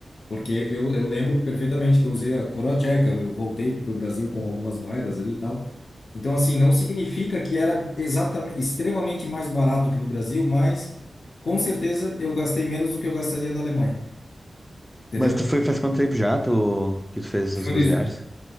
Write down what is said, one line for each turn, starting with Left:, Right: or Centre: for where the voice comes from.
Left: Porque eu, eu lembro perfeitamente que eu usei a coroa tcheca, eu voltei para o Brasil com algumas moedas ali e tal. Então, assim, não significa que era exatamente, extremamente mais barato que no Brasil, mas com certeza eu gastei menos do que eu gastaria na Alemanha, entendeu?
Centre: Mas tu foi faz quanto tempo já tu, que tu fez essas
Left: Foi
Centre: duas
Left: em dois,
Centre: viagens?